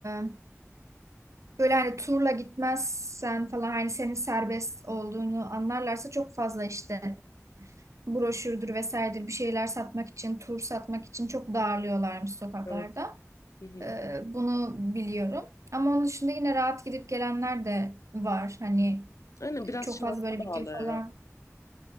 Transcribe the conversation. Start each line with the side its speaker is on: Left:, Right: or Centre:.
Right: e, böyle hani turla gitmezsen falan hani senin serbest olduğunu anlarlarsa çok fazla işte broşürdür vesairedir bir şeyler satmak için, tur satmak için çok darlıyorlarmış sokaklarda.
Left: Evet. Hı hı.
Right: Ee, bunu biliyorum. Ama onun dışında yine rahat gidip gelenler de var. Hani
Left: Aynen biraz
Right: çok
Left: şansa
Right: fazla böyle
Left: bağlı
Right: video
Left: herhalde.
Right: falan.